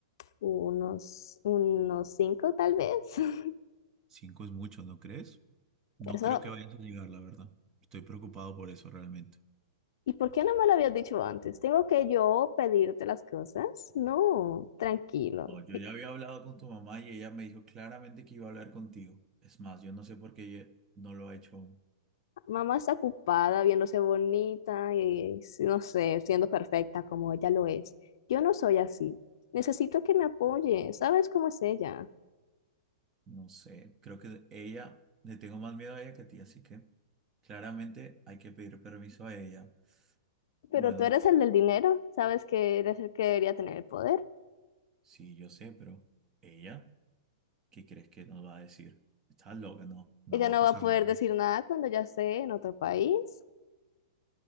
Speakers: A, on the left; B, on the right.
A: Unos, unos cinco tal vez. <laughs>
B: Cinco es mucho, ¿no crees? No
A: Eso.
B: creo que vayas a llegar, la verdad. Estoy preocupado por eso realmente.
A: ¿Y por qué no me lo habías dicho antes? ¿Tengo que yo pedirte las cosas? No, tranquilo.
B: No, yo ya había hablado con tu mamá y ella me dijo claramente que iba a hablar contigo. Es más, yo no sé por qué ella no lo ha hecho aún.
A: Mamá está ocupada viéndose bonita y, sí, no sé, siendo perfecta como ella lo es. Yo no soy así. Necesito que me apoye. ¿Sabes cómo es ella?
B: No sé, creo que ella, le tengo más miedo a ella que a ti, así que claramente hay que pedir permiso a ella. Bueno,
A: Pero tú eres el del dinero. Sabes que eres el que debería tener el poder.
B: sí, yo sé, pero ella, ¿qué crees que nos va a decir? Estás loca, no, no
A: Ella
B: va a
A: no
B: pasar
A: va a poder
B: la verdad.
A: decir nada cuando ya esté en otro país.